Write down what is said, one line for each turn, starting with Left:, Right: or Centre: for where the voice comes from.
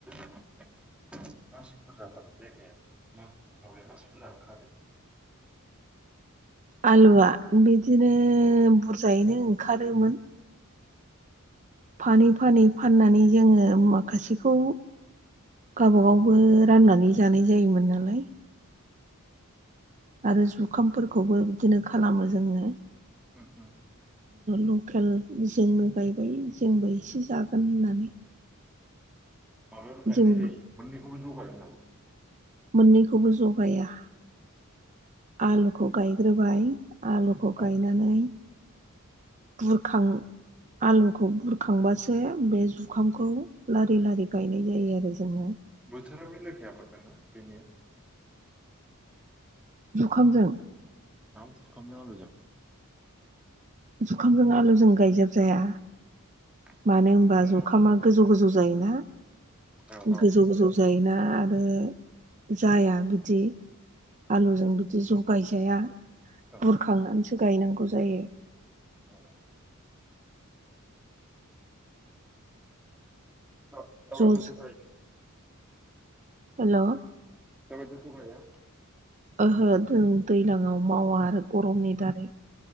Centre: <inaudible> मासि बुरजाबालाय जायगाया मा माबाया मासि बुरजा ओंखारो?
Right: आलुआ बिदिनो बुरजायैनो ओंखारोमोन। फानै फानै फाननानै जोङो माखासेखौ गावबा गावबो राननानै जानाय जायोमोन नालाय आरो जुखामफोरखौबो बिदिनो खालामो जोङो
Centre: उम उम
Right: लकेल जोंनो गायबाय जोंबो एसे जागोन होननानै
Centre: माबायाबो गायनाय
Right: जोंबो
Centre: जायो मोननैखौबो ज गायो नामा?
Right: मोननैखौबो ज गाया। आलुखौ गायग्रोबाय आलुखौ गायनानै
Centre: औ
Right: बुरखां आलुखौ बुरखांबासो बे जुखामखौ लारि लारि गायनाय जायो आरो जोङो
Centre: बोथोराव बे <unintelligible> बेनिया
Right: जुखामजों
Centre: ओम जुखामजों आलुजों
Right: जुखामजों आलुजों गायजाब जाया
Centre: ओंखायनो
Right: मानो होमबा
Centre: बोथोरानो
Right: जुखामा
Centre: आलादा जाखायो
Right: गोजौ
Centre: दां
Right: गोजौ जायोना
Centre: औ औ
Right: गोजौ गोजौ जायोना आरो जाया बिदि आलुजों
Centre: औ
Right: बिदि ज गायजाया
Centre: औ
Right: बुरखांनानैसो गायनांगौ जायो
Centre: ए <unintelligible>
Right: ज' ज' हेल'
Centre: <unintelligible>
Right: ओहो जों दैलांआव मावा आरो गरमनि दारै